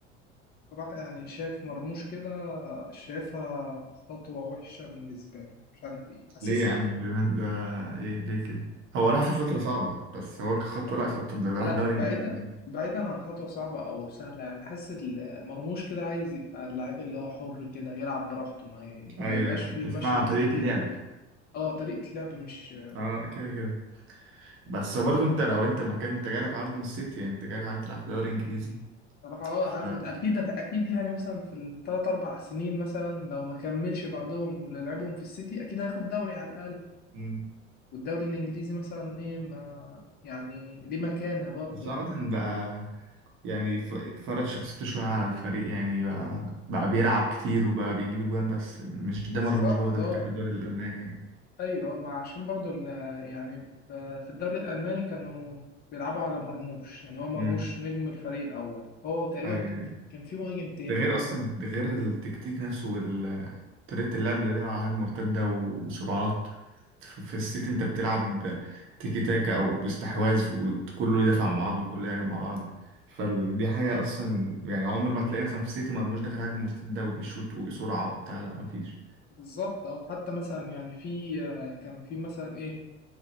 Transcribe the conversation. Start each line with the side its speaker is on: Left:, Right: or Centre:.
Left: راح يعني شايف مرموش كده شايفها خطوة وحشة بالنسبة له مش عارف ايه حاسسها
Right: ليه يا عم كده <laughs> ده ايه ليه كده هو راح في فترة صعبة بس هو كخطوة
Left: يعني
Right: لا خطوة ده راح
Left: لا
Right: دوري
Left: بعيدة
Right: انجليزي يعني.
Left: بعيدا عن خطوة صعبة أو سهلة يعني حاسس ال- مرموش كده عايز يبقى اللعيب اللي هو حر كده يلعب براحته ما, ي...
Right: ايوه
Left: ما يبقاش
Right: انت
Left: فيه
Right: بتتكلم
Left: مشي
Right: على
Left: تكتيكي
Right: طريقة لعب
Left: وكده اه طريقة لعب مش
Right: اه كده كده بس برضه انت لو انت مكان انت جالك عرض من السيتي يعني انت جالك عرض تلعب في دوري انجليزي
Left: صراحة اه
Right: ف...
Left: هاخد
Right: <laughs>
Left: أكيد أكيد يعني مثلا في التلات أربع سنين مثلا لو ما كملش بعدهم اللي لعبهم في السيتي أكيد هياخد دوري على الأقل
Right: مم.
Left: والدوري الانجليزي مثلا ايه ما يعني ليه مكانه برضه
Right: بس
Left: يعني
Right: عامة بقى يعني ف- فرض شخصيته شوية على الفريق يعني بقى بقى بيلعب كتير وبقى بيجيب جوان بس مش ده
Left: بالظبط
Right: مرموش برضه اللي
Left: اه
Right: كان في الدوري الألماني
Left: ايوه آه، ما عشان برضه ال- يعني ف- في الدوري الالماني كانوا بيلعبوا على مرموش يعني هو مرموش
Right: يعني
Left: نجم الفريق الاول هو تقريبا
Right: ايوه
Left: كان كان في مهاجم تاني
Right: ده غير اصلا ده غير التكتيك نفسه وال طريقة اللعب ده بيلعب على هجمة مرتدة و- وسرعات ف- في السيتي انت بتلعب تيكي تاكا او استحواذ وكله يدافع مع بعض وكله يهاجم مع بعض فدي حاجة اصلا يعني عمر ما تلاقي مثلا في السيتي مرموش داخل هجمة مرتدة وبيشوط وبسرعة وبتاع لا مفيش
Left: بالظبط اه حتى مثلا يعني في آه، كان في مثلا ايه